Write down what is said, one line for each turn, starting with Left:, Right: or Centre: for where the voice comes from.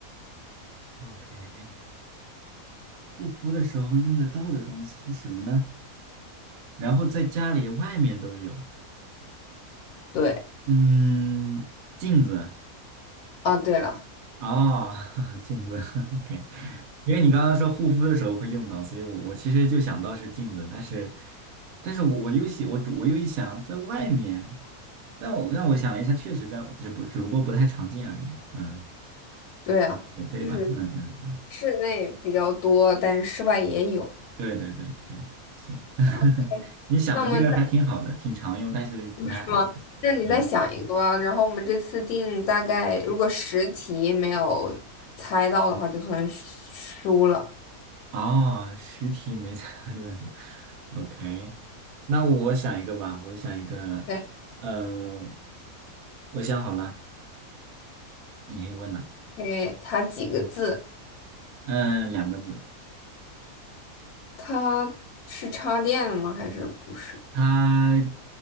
Right: ？OK，护肤的时候用得到的东西是什么呢？然后在家里、外面都有。
Left: 对
Right: 嗯，镜子
Left: 啊，对了，
Right: 哦，<laughs> 镜子。<laughs> OK，因为你刚刚说护肤的时候会用到，所以我我其实就想到是镜子，但是，但是我我又想我我又一想在外面，但我让我想了一下，确实在只不只不过不太常见而已。嗯，
Left: 对啊，
Right: 也对吧？
Left: 就是
Right: 嗯嗯。
Left: 室内比较多，但室外也有。
Right: 对对对对，行，
Left: OK，
Right: 你想的这个还挺好的，
Left: 那我们
Right: 挺常用，但是不太好猜。
Left: 哦是吗？那你再想一个吧。
Right: 嗯，
Left: 然后我们这次定大概，如果十题没有猜到的话，就算输了。
Right: 哦，实体没猜到 o k 那我想一个吧，我想一个，
Left: OK，
Right: 呃，我想好了，你可以问了。
Left: 诶它几个字？
Right: 嗯，两个字，
Left: 它是插电的吗？还是不是？
Right: 它